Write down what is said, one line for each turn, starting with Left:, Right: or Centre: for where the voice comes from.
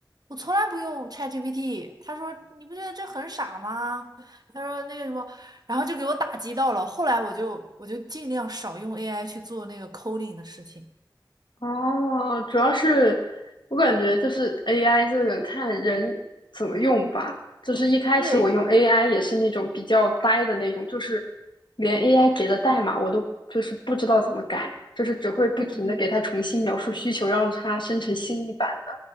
Right: 我从来不用 ChatGPT。他说你不觉得这很傻吗？他说那个什么，然后就给我打击到了。后来我就我就尽量少用 AI 去做那个 coding 的事情。
Left: 哦，主要是我感觉就是 AI 这个看人怎么用吧。就是一开始我用
Right: 对，
Left: AI 也是那种比较呆的那种，就是连 AI 给的代码我都就是不知道怎么改，就是只会不停的给它重新描述需求，
Right: 嗯嗯嗯
Left: 让它生成新一版的。